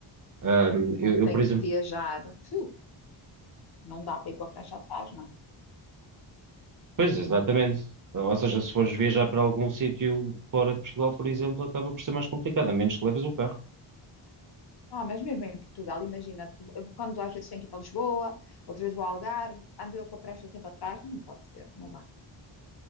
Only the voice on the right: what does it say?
Ahm,
eu, eu,
por exemplo,
pois, exatamente. Ou seja, se fores viajar para algum sítio fora de Portugal, por exemplo, acaba por ser mais complicado, a menos que leves o carro.